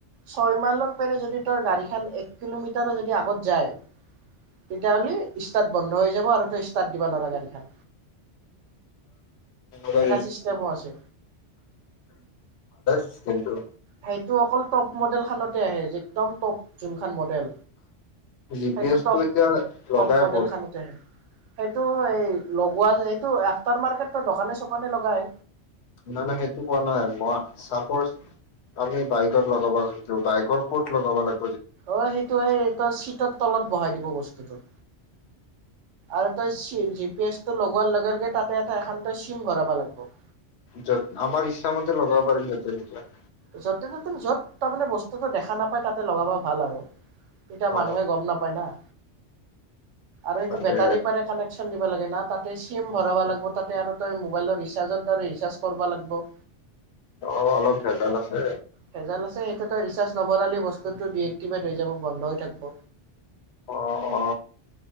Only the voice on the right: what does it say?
ছয় মাইলৰ যদি তই গাড়ীখন এক কিলোমিটাৰৰ যদি আগত যায় তেতিয়াাহ'লে বন্ধ হৈ যাব আৰু ত ষ্টাৰট দিব নোৱাৰ গাড়ীখন
চিচতেম আছে
সেইটো অকল টপ মডেল খানতে আহে যে একদম টপ যোনখনান মডেল
সেইটো
টপ
টপ মডেল
খানতেহে আহে। সেইটো এই লগোৱা এইটো আফটাৰ মাৰ্কেটো দোকানে চোকানে লগাই।
অ সেইটো এই তোৰ চিতত তলত বহাই দিব বস্তুটো। আৰু তই চি জি পি এছ টো লগোৱা লগে লগে তাতে এটা এখন চিম ভৰাব লাগবৌ।
য'তে ত'তে য'ত তাৰমানে বস্তুটো দেখা নাপায় তাতে লগাব ভাল আৰু। তেতিয়া
মানুহে গম নাপায় না। আৰু সেইটো
বেটাৰী পৰা কানেকশ্বন দি তাতে চিম ভৰাব লাগিব আৰু মোবাইলৰ ৰিচাৰ্জৰ দৰে ৰিচাৰ্জ কৰিব লাগিব।
ভেজাল আছে সেইটো তই ৰিচাৰ্জ নভৰালি বস্তু ডিএক্টিভেট হৈ যাব। বন্ধ হৈ থাকিব।